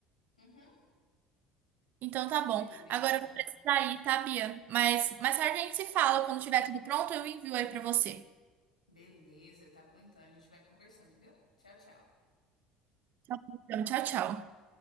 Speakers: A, on the left; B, on the right.
A: Uhum.
B: Então tá bom.
A: Beleza.
B: Agora eu vou precisar ir, tá, Bia? Mas mais tarde a gente se fala. Quando tiver tudo pronto, eu envio aí pra você.
A: Beleza, tá bom então. A gente vai conversando, viu? Tchau, tchau.
B: Tá bom, Então, tchau, tchau.